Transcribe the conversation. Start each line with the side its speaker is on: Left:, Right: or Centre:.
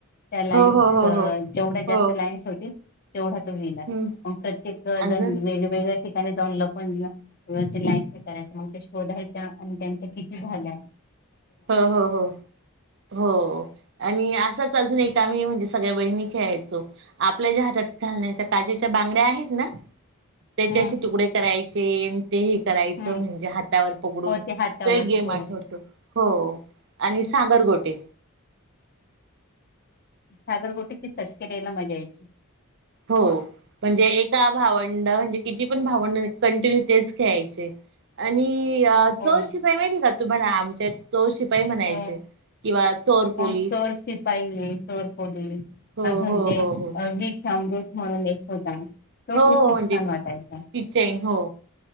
Left: त्या लाईन्स
Right: हो हो हो
Left: जेवढ्या
Right: हो
Left: जास्त
Right: हो
Left: लाईन्स होतील तेवढा तो गेला
Right: हम्म
Left: प्रत्येक
Right: अजून
Left: जण वेग- वेगळ्या ठिकाणी जाऊन लपवून त्या लाइन्स करायच मग ते शोधायच्या आणि त्यांच्या किती झाल्यात
Right: हा, हो- हो- हो आणि असाच अजून एक वेळेस म्हणजे सगळ्या बहिणी खेळायचो आपल्या ज्या हातात घालण्याच्या काचेच्या बांगड्या आहेत ना. त्याच्याशी
Left: हम्म
Right: तुकडे करायचे ते हे करायचं
Left: हम्म
Right: म्हणजे हातावर पकडून
Left: हो ते हातावर
Right: तो एक गेम
Left: हो
Right: आठवतो. हो आणि सागर गोटे.
Left: सागर गोटीचे चटके द्यायला मजा यायची
Right: हो म्हणजे एका भावंड म्हणजे किती पण भावंड कंटिन्यू तेच खेळायचे आणि
Left: हो
Right: चौरशिपाई माहिती का तुम्हाला? आमच्या चोरशिपाई म्हणायचे
Left: हो
Right: किंवा चोर पोलीस
Left: हो चोर सिपाही आहे चोर पोलीस
Right: हो
Left: अजून
Right: हो
Left: ते
Right: हो हो
Left: वीष अमृत म्हणून एक होता. तो
Right: हो
Left: खूप -खूप
Right: म्हणजे
Left: छान वाटायचा.
Right: ती चैन हो.